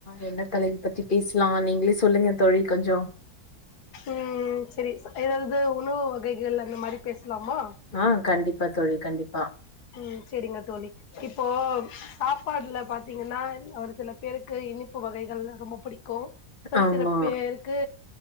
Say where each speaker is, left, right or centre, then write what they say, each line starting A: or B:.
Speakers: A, on the left; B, on the left.
A: என்ன தலைப்ப பத்தி பேசலா நீங்களே சொல்லுங்க தோழி கொஞ்சோ
B: ம் சரி எதாவ்து உணவு வகைகள் அந்த மாரி பேஸ்லாமா
A: ஆ கண்டிப்பா தோழி கண்டிப்பா
B: ம் செரிங்க தோழி இப்போ சாப்பாட்ல பாத்தீங்கன்னா ஒரு சில பேருக்கு இனிப்பு வகைகள் ரொம்ப புடிக் க்கு ஒரு
A: ஆமா
B: சில பேருக்கு